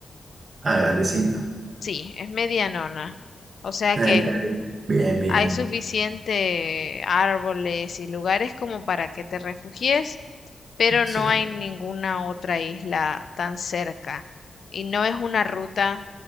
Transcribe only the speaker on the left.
Sí, es medianona. O sea
que
hay suficiente árboles y lugares como para que te refugies pero
no hay ninguna otra isla tan cerca. Y no es una ruta